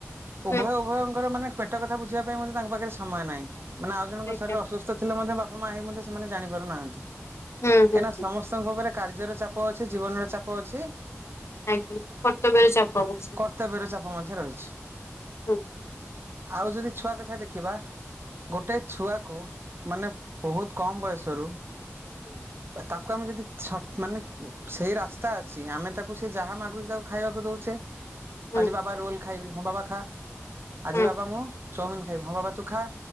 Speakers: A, on the left; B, on the right.
A: ହୁଁ
B: ଉଭୟ ଉଭୟଙ୍କର ମାନେ ପେଟ କଥା ବୁଝିବା ପାଇଁ ମଧ୍ୟ ତାଙ୍କ ପାଖରେ ସମୟ ନାହିଁ ମାନେ ଆଉ ଜଣଙ୍କ
A: ଆଜ୍ଞା।
B: ଶରୀର ଅସୁସ୍ଥ ଥିଲେ ମଧ୍ୟ ବାପା ମା ହେଇ ମଧ୍ୟ ସେମାନେ ଜାଣିପାରୁନାହାନ୍ତି କାହିଁକିନା
A: ହୁଁ ହୁଁ ହୁଁ ହୁଁ
B: ସମସ୍ତଙ୍କ ଘରେ କାର୍ଯ୍ୟର ଚାପ ଅଛି ଜୀବନର ଚାପ ଅଛି
A: ଆଜ୍ଞା କର୍ତ୍ତବ୍ୟରେ ଚାପ ହଉଛି।
B: କର୍ତ୍ତବ୍ୟ ର ଚାପ ମଧ୍ୟ ରହିଛି
A: ହୁଁ
B: ଆଉ ଯଦି ଛୁଆ କଥା ଦେଖିବା ଗୋଟେ ଛୁଆକୁ ମାନେ ବହୁତ୍ କମ୍ ବୟସରୁ
A: ହୁଁ
B: ତାକୁ ଆମେ ଯଦି ଛ ମାନେ ସେଇ ରାସ୍ତା ଅଛି ଆମେ ତାକୁ ସେ ଯାହା ମାଗୁଛି ତାକୁ ଖାଇବାକୁ ଦଉଚେ
A: ହୁଁ
B: ଆଜି ବାବା ରୋଲ ଖାଇବି ହଁ ବାବା ଖା। ଆଜି
A: ହୁଁ
B: ବାବା ମୁଁ ଚମିନ ଖାଇବି ହଁ ବାବା ତୁ ଖା।